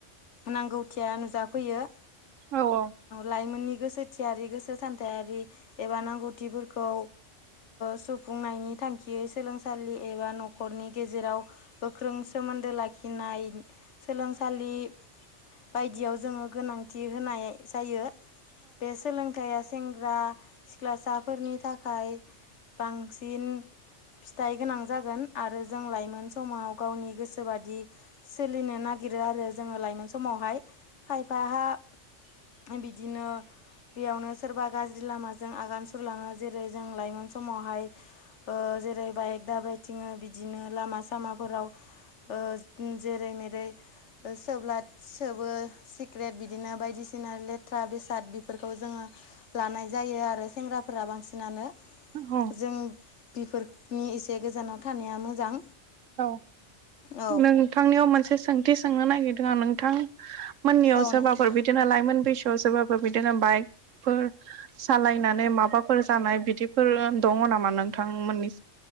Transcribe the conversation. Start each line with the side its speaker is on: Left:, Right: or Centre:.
Left: नांगौथिया नुजाफैयो
Right: औ औ
Left: लाइमोननि गोसोथियारि गोसो सान्थायारि एबा नांगौथिफोरखौ सुफुंनायनि थांखियै सोलोंसालि एबा न'खरनि गेजेराव गोख्रों सोमोन्दो लाखिनाय सोलोंसालि बायदियाव जोङो गोनांथि होनाय जायो। बे सोलों थाया सेंग्रा सिख्लासाफोरनि थाखाय बांसिन। फिथाइ गोनां जागोन आरो जों लाइमोन समाव गावनि गोसोबादि। सोलिनो नागिरो आरो जोङो लाइमोन समावहाय खायफाहा बिद दिनो यावनो सोरबा गाज्रि लामाजों आगान सुरलाङो जेरै जों लाइमोन समावहाय। ओ-जेरै बाइक दाब्रायथिङो बिदिनो लामा सामाफोराव। ओ-जेरै मेरै ओ-सोब्ला ओ-सोबो सि ग्रेट बिदिनो बायदिसिना लेट थ्रा बेसाद बेफोरखौ जोङो लानाय जायो आरो सेंग्राफोरा बांसिनानो।
Right: औ
Left: जों बेफोरनि एसे गोजानाव थानाया मोजां।
Right: औ
Left: औ
Right: नोंथांनियाव मोनसे सोंथि सोंनो नागिरदों आं नोंथां। मोननियाव
Left: औ
Right: सोरबाफोर
Left: नोंथां
Right: बिदिनो लाइमोन बैसोआव सोरबाफोर बिदिनो बाइकफोर? सालायनानै माबाफोर जानाय बिदिफोर दङ नामा नोंथांमोननि?